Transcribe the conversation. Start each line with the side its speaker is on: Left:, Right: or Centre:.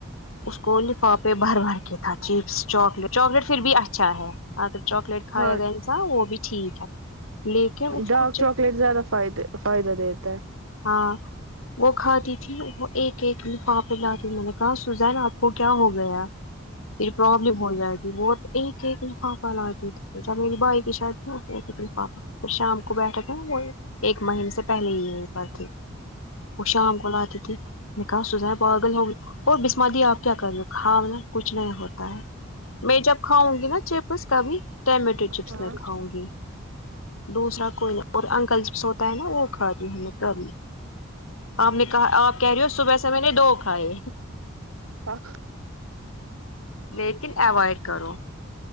Left: اس کو لفافے بھر بھر کیا تھا چپس چاکلیٹ چاکلیٹ پھر بھی اچھا ہے آگر چاکلیٹ کھایا
Right: ہاں
Left: گیا انسا وہ بھی ٹھیک ہے لیکن اس
Right: ڈارک
Left: کو چپ
Right: چاکلیٹ زیادہ فد فائدہ دیتا ہے
Left: ہاں وہ کھاتی تھی وہ ایک ایک لفا پہ لاتی میں نے کہا سزان آپ کو کیا ہو گیا پھر پرابلم ہو جائے گی وہ ایک ایکخو پال آتی تی جب میری بھائی کی شادیھینےفاپ پھر شام کو بیٹھے تھے وہ ایک مہم سے سے پہلے ہی یہ پر تھی وہ شام کو لاتی تھی میں کہا سوزائےب اگل ہوگی اور بسم دی آپ کیا کر رہے کھا کچھ نہیں ہوتا ہے میں جب کھاؤں گی نا چپ اس کا بھی ٹومیٹو چپس
Right: ہاں
Left: میں کھاؤں گی دوسرا کوئی اور انکل جس ہوتا ہے نا وہ کھای ہم کبھی آپ نے کہا آپ کہہ رہی ہو صبح سے میں نے دو کھائے
Right: ہ
Left: لیکن اوائڈ کرو